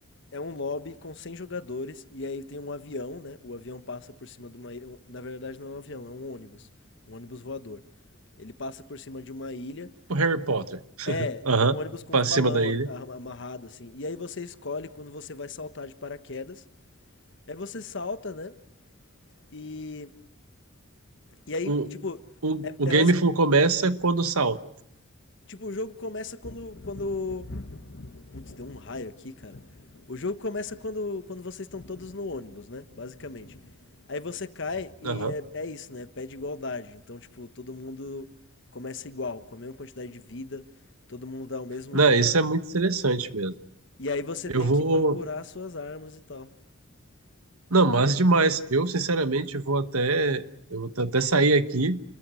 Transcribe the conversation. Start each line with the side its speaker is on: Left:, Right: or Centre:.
Left: é um lobby com 100 jogadores e aí tem um avião, né? O avião passa por cima de uma ilha. um, Na verdade, não é um avião, é um ônibus. Um ônibus voador. Ele passa por cima de uma ilha.
Right: O Harry Potter,
Left: É,
Right: aham,
Left: um ônibus com
Right: pra
Left: uns balão
Right: cima da ilha.
Left: amarrado, assim. E aí você escolhe quando você vai saltar de paraquedas. Aí você salta, né? E, e aí,
Right: O,
Left: tipo,
Right: o,
Left: é,
Right: o
Left: é
Right: game
Left: basic-
Right: fu- começa quando salta.
Left: tipo, o jogo começa quando, quando Putz, deu um raio aqui, cara. O jogo começa quando, quando vocês estão todos no ônibus, né? Basicamente. Aí você cai e
Right: Aham.
Left: é, é isso, né? Pede igualdade. Então, tipo, todo mundo começa igual, com a mesma quantidade de vida, todo mundo dá o mesmo
Right: Não,
Left: dano.
Right: isso é muito interessante mesmo.
Left: E aí você
Right: Eu
Left: tem
Right: vou.
Left: que procurar as suas armas e tal.
Right: Não, mas demais. Eu, sinceramente, vou até. Eu vou até sair aqui